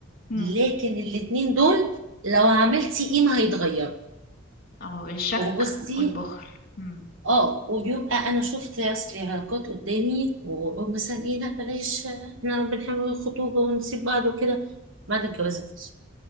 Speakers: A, on the left; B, on the right.
A: امم
B: لكن الاتنين دول لو عملتي ايه ما هيتغير
A: اه الشك
B: وبصي
A: والبخل امم
B: اه وبيبقى انا شفت اصل علاقات قدامي وأقول مثلا ايه لا بلاش احنا بنحب الخطوبه ونسيب بعض وكده بعد الجواز الفصل